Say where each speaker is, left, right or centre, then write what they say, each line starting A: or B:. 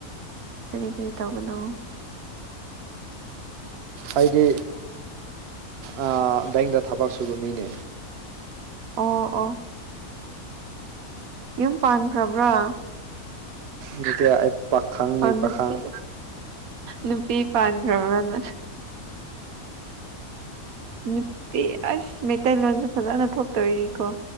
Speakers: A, on the right (about 75°); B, on the right (about 55°).
A: ꯀꯔꯤ ꯀꯔꯤ ꯇꯧꯕꯅꯣ
B: ꯑꯩꯗꯤ ꯑꯥ ꯕꯦꯡꯗ ꯊꯕꯛ ꯁꯨꯕ ꯃꯤꯅꯦ
A: ꯑꯣ ꯑꯣ ꯌꯨꯝ ꯄꯥꯟꯈ꯭ꯔꯕ꯭ꯔꯥ
B: ꯅꯠꯇꯦ ꯑꯩ ꯄꯥ ꯄꯥꯈꯪꯅꯤ
A: ꯑꯣ ꯅꯨꯄꯤ
B: ꯄꯥꯈꯪ <inaudible>
A: ꯅꯨꯄꯤ ꯄꯥꯟꯈ꯭ꯔꯕ꯭ꯔꯥ ꯅ ꯅꯨꯄꯤ ꯑꯁ ꯃꯩꯇꯩꯂꯣꯟꯁꯨ ꯐꯖꯅ ꯊꯣꯛꯇꯕꯒꯤꯀꯣ